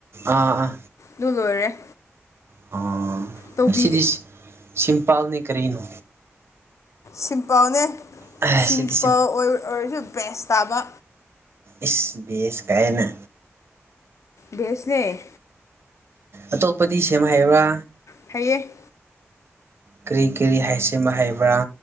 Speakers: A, on the right (about 55°); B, on the left (about 80°).
A: ꯑꯥ ꯑꯥ
B: ꯗꯨ ꯂꯣꯏꯔꯦ꯫
A: ꯑꯣ
B: ꯇꯧꯕꯤꯒꯦ
A: ꯉꯁꯤꯗꯤ ꯁꯤꯝꯄꯥꯜꯅꯤ ꯀꯔꯤꯅꯣ꯫
B: ꯁꯤꯝꯄꯜꯅꯦ
A: ꯑꯦ
B: ꯁꯤꯝꯄꯜ
A: ꯁꯤꯗꯤ
B: ꯑꯣꯏ ꯑꯣꯏꯔꯖꯨ ꯕꯦꯁ ꯇꯥꯕ꯫
A: ꯏꯁ ꯕꯦꯁ ꯀꯥꯏꯌꯦꯅ꯫
B: ꯕꯦꯁꯅꯦ꯫
A: ꯑꯇꯣꯞꯄꯗꯤ ꯁꯦꯝ ꯍꯩꯕꯔꯥ꯫
B: ꯍꯩꯌꯦ꯫
A: ꯀꯔꯤ ꯀꯔꯤ ꯍꯥꯏꯁꯦꯝꯕ ꯍꯩꯕ꯭ꯔꯥ꯫